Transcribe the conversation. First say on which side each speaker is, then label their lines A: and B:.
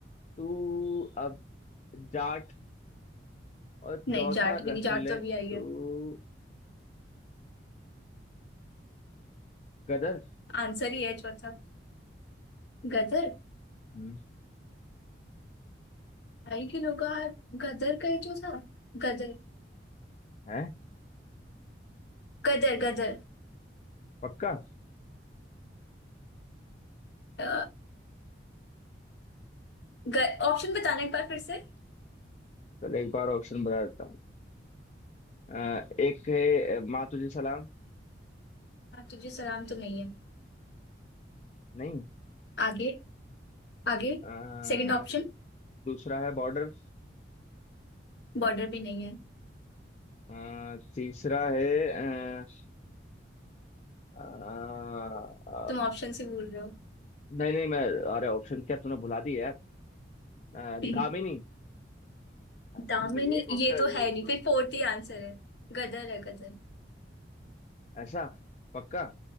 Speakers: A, on the left; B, on the left.
A: तू अब जाट और
B: नहीं
A: चौथा
B: जाट भी
A: रख
B: नहीं जाट
A: ले
B: तो
A: तू
B: भी आई है
A: गदर
B: आंसर ही है चौथा गदर
A: हम्म,
B: ढाई किलो का हार, गदर का ही जो था गदर
A: है
B: गदर गदर
A: पक्का
B: अ, ग- ऑप्शन बताना एक बार फिर से
A: चल एक बार ऑप्शन बता देता हूँ अ, एक है अ, माँ तुझे सलाम
B: आप तुझे सलाम तो नहीं है
A: नहीं
B: आगे आगे
A: अ,
B: Second option
A: दूसरा है बॉर्डर
B: बॉर्डर भी नहीं है
A: तीसरा है अ, अ, अ,
B: तुम ऑप्शन से भूल रहे हो
A: नहीं नहीं मैं अरे ऑप्शन क्या तूने भुला दी यार अ, दामिनी
B: <laughs> दामिनी
A: सॉरी एक ऑप्शन
B: ये तो है नहीं फिर फोर्थ ही आंसर है गदर है गदर
A: ऐसा पक्का